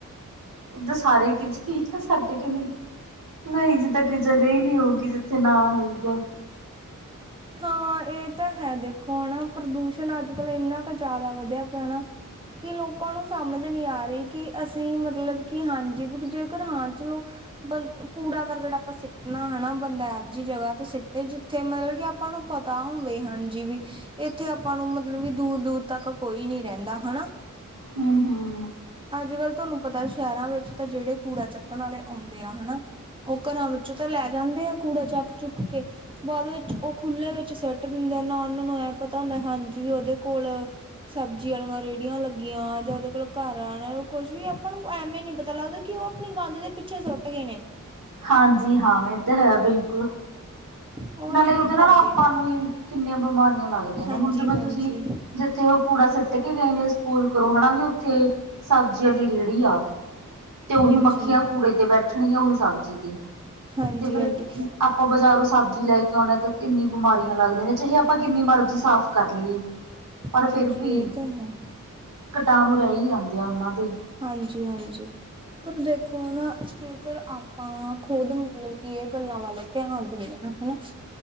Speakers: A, on the right (about 80°); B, on the right (about 15°).
A: ਉਦਾ ਸਾਰੇ ਕਿਤੇਈ ਆ <unintelligible> ਨੀ ਊਗੀ ਜਿੱਥੇ ਨਾ ਹੋਊਗਾ।
B: ਹਾਂ ਇਹ ਤਾ ਹੈ ਦੇਖੋ ਹਨਾ ਪ੍ਰਦੂਸ਼ਣ ਅੱਜ-ਕੱਲ੍ਹ ਇੰਨਾ ਕ ਜਿਆਦਾ ਵਧੀਆ ਪਿਆ ਨਾਂ। ਕਿ ਲੋਕਾਂ ਨੂੰ ਸਮਝ ਨਹੀਂ ਆ ਰਹੀ ਕਿ ਅਸੀਂ ਮਤਲਬ ਕਿ ਹਾਂਜੀ ਵੀ ਜੇਕਰ ਹਾਂ ਚਲੋ, ਬੰ ਕੂੜਾ-ਕਰਕਟ ਆਪਾਂ ਸਿੱਟਣਾ ਹਨਾ। ਬੰਦਾ ਐ ਜਿਹੀ ਜਗ੍ਹਾ ਤੇ ਸੀਟੇ ਜਿੱਥੇ ਮਤਲਬ ਕਿ ਆਪਾਂ ਨੂੰ ਪਤਾ ਹੋਵੇ ਹਨ ਜੀ ਵੀ। ਇੱਥੇ ਆਪਾਂ ਨੂੰ ਮਤਲਬ ਕਿ ਦੂਰ-ਦੂਰ ਤੱਕ ਕੋਈ ਨੀ ਰਹਿੰਦਾ ਹਨਾ।
A: ਹਮ-ਹਮ।
B: ਅੱਜ-ਕੱਲ੍ਹ ਤੁਹਾਨੂੰ ਪਤਾ ਸ਼ਹਿਰਾਂ ਵਿੱਚ ਤਾਂ ਜਿਹੜੇ ਕੂੜਾ ਚੱਕਣ ਵਾਲੇ ਆਉਦੇ ਆ ਹਨਾ। ਉਹ ਘਰਾਂ ਵਿੱਚੋਂ ਤਾਂ ਲੈ ਜਾਂਦੇ ਆ ਕੂੜਾ ਚੱਕ-ਚੁੱਕ ਕੇ ਬਾਅਦ ਵਿੱਚ ਉਹ ਖੁੱਲ੍ਹੇ ਵਿੱਚ ਸਿੱਟ ਦਿੰਦੇ ਆ ਨਾ ਉਹਨਾਂ ਨੂੰ ਇਹ ਪਤਾ ਹੁੰਦਾ। ਹਾਂਜੀ ਵੀ ਉਹਦੇ ਕੋਲ ਸਬਜ਼ੀ ਵਾਲੀਆਂ ਰੇਹੜੀਆਂ ਲੱਗੀਆਂ ਜਾਂ ਉਹਦੇ ਕੋਲ ਘਰ ਆਣਾ ਕੁੱਛ ਵੀ ਆਪਾਂ ਨੂੰ ਐਵੇਂ ਨੀ ਪਤਾ ਲੱਗਦਾ ਕਿ ਉਹ ਆਪਣੀ ਗੰਦ ਦੇ ਪਿੱਛੇ ਸੁੱਟ ਗੇ ਨੇ।
A: ਹਾਂਜੀ ਹਾਂ। ਇਹ ਤਾਂ ਹੈ ਬਿਲਕੁਲ।
B: ਉਹ
A: ਨਾਲੇ
B: ਐਵੇਂ
A: ਉਹਦੇ
B: ਕਰਦੇ
A: ਨਾਲ ਆਪਾਂ
B: ਨੇ
A: ਨੂੰ ਵੀ ਕਿੰਨੀਆਂ ਬਿਮਾਰੀਆਂ ਲੱਗਦੀਆਂ ਨੇ
B: ਹਾਂਜੀ
A: ਹੁਣ ਜਿਵੇਂ
B: ਹਾਂਜੀ
A: ਤੁਸੀਂ? ਜਿੱਥੇ ਉਹ ਕੂੜਾ ਸੁੱਟ ਕੇ ਗਏ ਨੇ, ਸਪੋਲ ਕਰੋ ਹਨਾ ਵੀ ਉੱਥੇ ਸਬਜ਼ੀ ਆਲੀ ਰੇਹੜੀ ਆ। ਤੇ ਉਹੀ
B: ਹਾਂਜੀ
A: ਮੱਖੀਆਂ ਕੂੜੇ ਤੇ ਬੈਠਣਗੀਆਂ ਉਹੀ ਸਬਜ਼ੀ ਤੇ।
B: ਹਾਂਜੀ
A: ਤੇ ਫਿਰ
B: ਹਾਂਜੀ
A: ਆਪਾਂ ਬਾਜ਼ਾਰੋਂ ਸਭ ਲੈ ਕੇ ਆਉਣੇ ਤਾਂ ਕਿੰਨੀ ਬਿਮਾਰੀਆਂ ਲੱਗਦੀ ਨੇ ਚਾਹੇ ਆਪਾਂ ਕਿੰਨੀ ਮਰਜ਼ੀ ਸਾਫ਼ ਕਰ ਲਈਏ। ਪਰ
B: ਹਾਂਜੀ
A: ਫਿਰ ਵੀ
B: ਇਹ ਤਾਂ ਹੈ
A: ਕੀਟਾਣੂ ਰਹਿ ਹੀ ਜਾਂਦੇ ਆ ਉਹਨਾਂ ਤੇ।
B: ਹਾਂਜੀ-ਹਾਂਜੀ। ਪਰ ਦੇਖੋ ਨਾ, ਜੇਕਰ ਆਪਾਂ ਖੁਦ ਮਤਲਬ ਕਿ ਇਹ ਗੱਲਾਂ ਵੱਲ ਧਿਆਨ ਦਿਣੇ ਆ। <unintelligible>